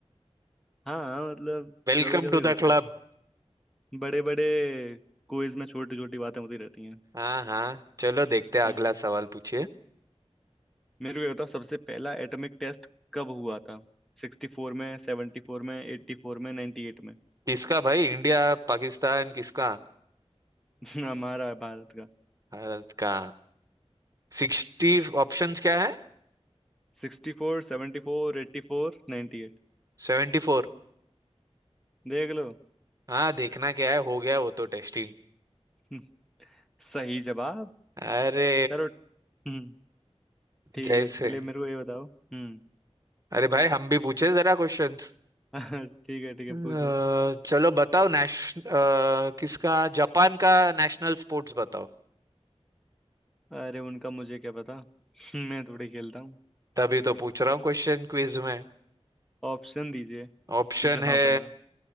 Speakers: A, in the centre; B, on the right (about 30°).
A: हाँ मतलब
B: Welcome
A: कभी कभी
B: to
A: होता
B: the club
A: है बड़े बड़े क्विज में छोटी छोटी बातें होती रहती हैं
B: हाँ हाँ चलो देखते हैं
A: ठीक
B: अगला
A: है
B: सवाल पूछिए
A: मेरे को ये बताओ सबसे पहला एटॉमिक टेस्ट कब हुआ था सिक्सटी फोर में सेवेंटी फोर में एट्टी फोर में नाइन्टी एट में
B: किसका भाई इंडिया पाकिस्तान किसका
A: <laughs> हमारा भारत का
B: भारत का सिक्सटी ऑप्शंस क्या है
A: Sixty four seventy four eighty four ninety eight
B: सेवेंटी फोर
A: देख लो
B: हाँ देखना क्या है हो गया वो तो टेस्टिंग
A: हम्म, सही जवाब
B: अरे
A: करो हम्म, ठीक
B: जैसे
A: है चलिए मेरे को ये बताओ हम्म
B: अरे भाई हम भी पूछे जरा क्वेश्चन
A: <laughs> ठीक है ठीक है
B: अ,
A: पूछो
B: चलो बताओ नेश अ, किसका जापान का नेशनल स्पोर्ट्स बताओ
A: अरे उनका मुझे क्या पता <laughs> मैं थोड़ी खेलता हूँ
B: तभी तो पूछ रहा हूँ क्वेश्चन क्विज में
A: <laughs> ऑप्शन दीजिए
B: ऑप्शन
A: जहां
B: है
A: पना